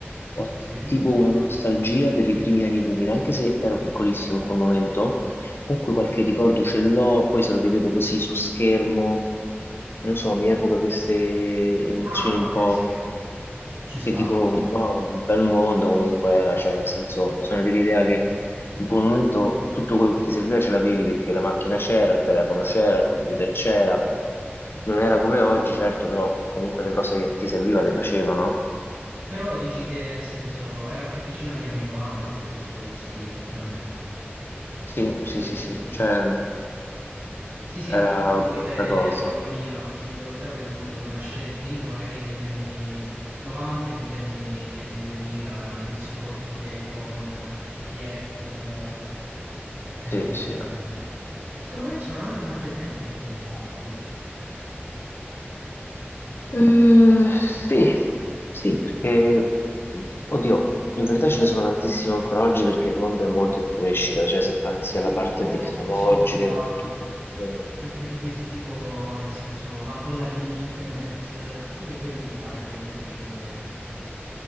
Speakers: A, on the left (about 60°); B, on the right (about 75°).
A: ho
B: Sì.
A: tipo una nostalgia per i primi anni 2000, anche se ero piccolissimo in quel momento, Comunque qualche ricordo ce l'ho, poi se lo rivedo così su schermo, non lo so, mi evoca queste emozioni
B: Ah, vabbè,
A: un po'
B: sì,
A: così,
B: Ci sta.
A: che dico,
B: ci sta.
A: wow, un bel mondo comunque era, cioè nel senso, sono dell'idea che in quel momento tutto quello che ti serviva ce l'avevi perché la macchina c'era, il telefono c'era, il computer c'era, non era come oggi, certo, però comunque le cose che ti serviva le facevano.
B: Però dici che nel senso era più vicino agli anni 90 e ti piace quello stile, pure a me.
A: Sì,
B: Per
A: sì,
B: dirti
A: sì, sì,
B: sì.
A: cioè
B: Sì, sì,
A: era
B: avrei voluto
A: un'altra
B: vivere negli
A: cosa.
B: anni 2000, ti dico la verità, avrei voluto nascere prima, magari negli anni 90 e vivermi gli anni 2000, l'inizio tipo di iPhone, di Apple. Eh,
A: Sì, sì.
B: secondo me c'erano anche tante più opportunità, capito?
A: Eh, sì, sì, perché, mh, oddio, in verità ce ne sono tantissime ancora oggi perché il mondo è molto in crescita, cioè se pensi
B: Sì,
A: alla
B: però
A: parte
B: tipo,
A: tecnologica
B: che ne so, la...
A: e tutto,
B: Per, per dirti tipo, nel senso, la bolla di internet, eh, tutti quei periodi là li avrei voluti vivere,